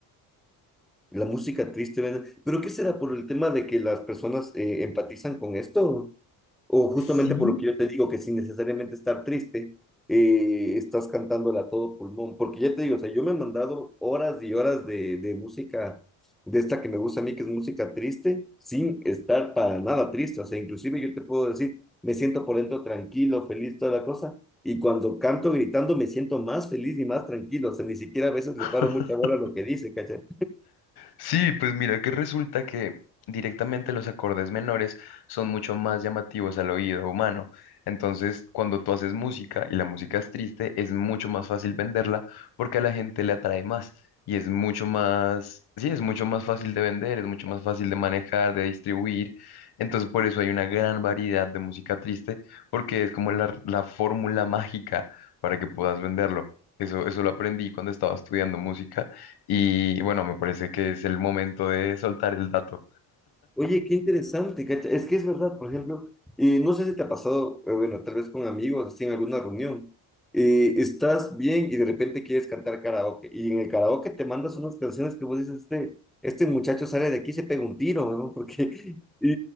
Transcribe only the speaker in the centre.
La música triste, ¿verdad? ¿Pero qué será por el tema de que las personas eh, empatizan con esto? o justamente
por lo que yo te digo, que sin necesariamente estar triste, eh, estás cantándola a todo pulmón, porque ya te digo, o sea, yo me he mandado horas y horas de, de música, de esta que me gusta a mí, que es música triste, sin estar para nada triste, o sea, inclusive yo te puedo decir, me siento por dentro tranquilo, feliz, toda la cosa, y cuando canto gritando me siento más feliz y más tranquilo, o sea, ni siquiera a veces le
paro mucha bola a lo que dice, ¿cachai?
Oye, qué interesante, cacha. Es que es verdad, por ejemplo, eh, no sé si te ha pasado, eh, bueno, tal vez con amigos, así en alguna reunión, eh, estás bien y de repente quieres cantar karaoke, y en el karaoke te mandas unas canciones que vos dices, este, este muchacho sale de aquí y se pega un tiro, ¿no? Porque, <laughs> y,